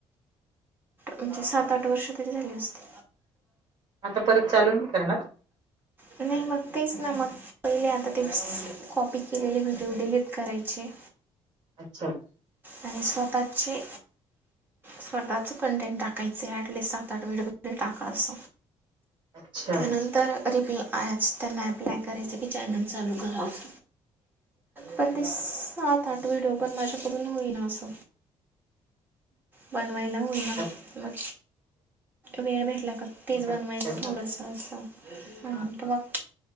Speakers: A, on the right; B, on the right.
A: म्हणजे सात आठ वर्ष तरी झाली असते.
B: आता परत चालून करणार.
A: नाही मग तेच ना मग पहिले आता ते कॉपी केलेले व्हिडिओ डिलीट करायचे.
B: अच्छा
A: आणि स्वतचे स्वतःचं. पण टेंट टाकायचे ऍटलिस्ट सात, आठ व्हडिओ टाका अस
B: अच्छा
A: त्यानंतर तर रिप्ला आच त्यांना ॲप्लाय करायच की चायनल चालू करा अस. पण ते सत, आठ व्हिडिओ पण माझ्याकडून होईना अस. बनवायला होईना
B: आता
A: मग वेळ भेटला का तेच बनवायचं
B: असेल ना
A: थोडस असं
B: हां, हां.
A: तर मग